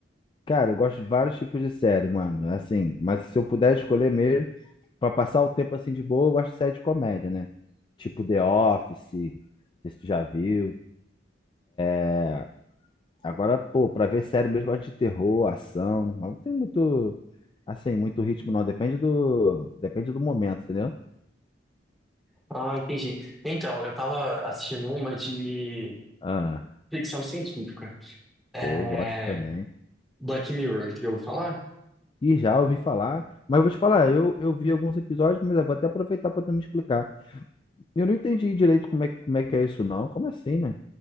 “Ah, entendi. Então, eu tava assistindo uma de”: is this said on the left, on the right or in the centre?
Centre